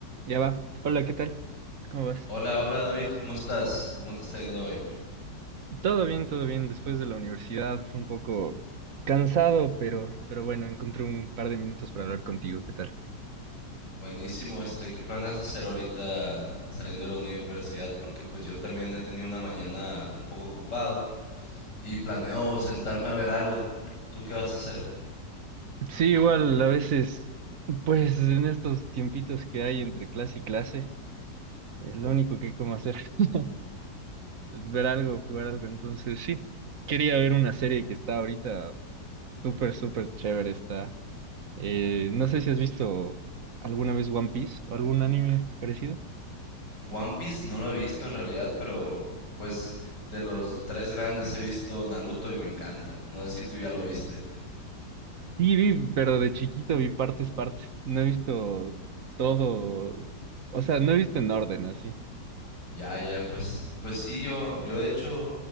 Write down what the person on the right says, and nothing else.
Ya va. Hola, ¿qué tal? ¿Cómo vas?
Todo bien, todo bien. Después de la universidad, un poco cansado, pero, pero bueno, encontré un par de minutos para hablar contigo. ¿Qué tal?
Sí, igual, a veces, pues en estos tiempitos que hay entre clase y clase, es lo único que hay como hacer, <laughs> es ver algo, jugar algo. Entonces, sí, quería ver una serie que está ahorita súper, súper chévere. Está, Eh, no sé si has visto alguna vez One Piece o algún anime parecido.
Sí, vi, pero de chiquito vi partes, partes. No he visto todo, o sea, no he visto en orden así.